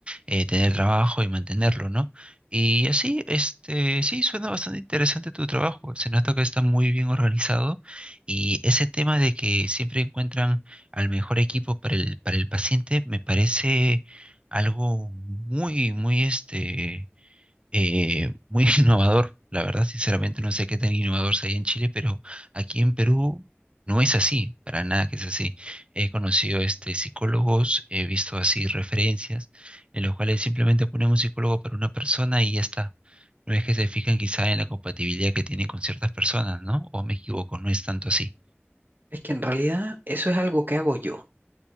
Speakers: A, on the right; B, on the right.
A: eh, tener trabajo y mantenerlo, ¿no? Y así, este, sí, suena bastante interesante tu trabajo, se nota que está muy bien organizado y ese tema de que siempre encuentran al mejor equipo para el, para el paciente me parece algo muy, muy, este, eh, muy <laughs> innovador. La verdad, sinceramente, no sé qué tan innovador sea ahí en Chile, pero aquí en Perú no es así, para nada que es así. He conocido este, psicólogos, he visto así referencias en los cuales simplemente ponen un psicólogo para una persona y ya está. No es que se fijan quizá en la compatibilidad que tienen con ciertas personas, ¿no? O me equivoco, no es tanto así.
B: Es que en realidad eso es algo que hago yo,